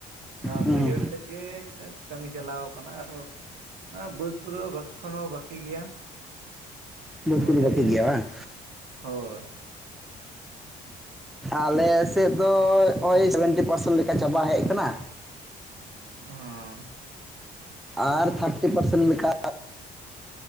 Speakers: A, on the right; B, in the centre.
A: ᱱᱚᱣᱟ
B: ᱦᱩᱸ
A: ᱵᱟᱹᱭᱦᱟᱹᱲ
B: ᱦᱩᱸ
A: ᱛᱮᱫ ᱜᱮ ᱠᱟᱹᱢᱤ ᱪᱟᱞᱟᱣ ᱠᱟᱱᱟ ᱟᱨ ᱱᱚᱣᱟ ᱵᱟᱹᱫᱽ ᱠᱚᱫᱚ ᱵᱟᱹᱠᱤ ᱠᱷᱚᱱ ᱦᱚᱸ ᱵᱟᱹᱠᱤ ᱜᱮᱭᱟ᱾
B: ᱦᱩᱸ
A: ᱯᱩᱨᱳ
B: ᱵᱟᱹᱠᱤ ᱫᱚ
A: ᱴᱟ
B: ᱵᱟᱹᱠᱤ
A: ᱜᱮ
B: ᱜᱮᱭᱟ ᱵᱟᱝ
A: ᱦᱳᱭ᱾
B: ᱟᱞᱮ ᱥᱮᱫ ᱫᱚ ᱦᱚᱜᱼᱚᱭ ᱥᱮᱵᱷᱮᱱᱴᱤ ᱯᱟᱨᱥᱮᱱ ᱞᱮᱠᱟ ᱪᱟᱵᱟ ᱦᱮᱡ ᱠᱟᱱᱟ᱾
A: ᱚᱸ
B: ᱟᱨ ᱛᱷᱟᱨᱴᱤ ᱯᱟᱨᱥᱮᱱᱴ ᱞᱮᱠᱟ